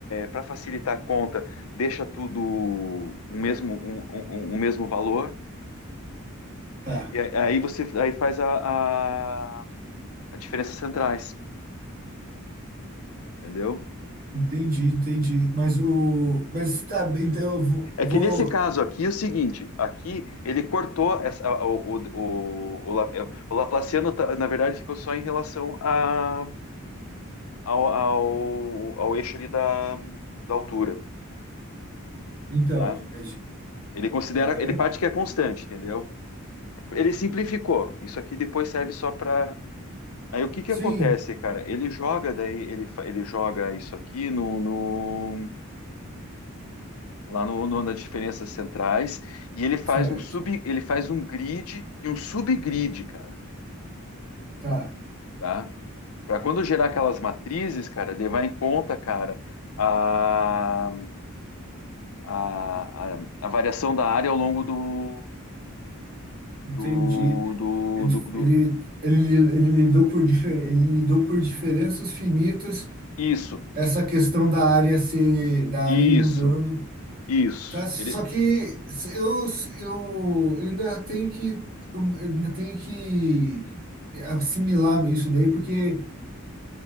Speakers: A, on the left; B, on the right.
A: para facilitar a conta, deixa tudo o mesmo, um, um- um mesmo valor.
B: tá.
A: E aí você aí faz a, a, a diferenças centrais, entendeu?
B: Entendi, entendi. Mas o. Mas tá, bem, então eu vou.
A: É
B: vou-
A: que nesse caso aqui é o seguinte, aqui ele cortou essa- a- o, o, o, o, La- é, o Laplaciano, tá- na verdade, ficou só em relação a, ao, ao, ao eixo ali da, da altura,
B: Então,
A: tá?
B: é- isso.
A: Ele considera,
B: aham.
A: ele parte que é constante, entendeu? Ele simplificou. Isso aqui depois serve só para. Aí o que que
B: Sim,
A: acontece, cara? Ele joga daí, ele, fa- ele joga isso aqui no, no lá no, no- nas diferenças centrais e ele faz
B: certo.
A: um sub, ele faz um grid e um subgrid, cara.
B: Tá,
A: tá? Para quando gerar aquelas matrizes, cara, levar em conta, cara, a, a, a, a variação da área ao longo do,
B: entendi.
A: do, do,
B: Ele,
A: do, do-
B: ele, ele, ele lidou por, difer, ele lidou por diferenças finitas,
A: Isso,
B: essa questão da área ser, da
A: isso,
B: área ir mudando,
A: isso.
B: tá? Só
A: Ele,
B: que se- eu, se- eu, eu ainda tenho que, como- eu ainda tenho que assimilar isso daí, porque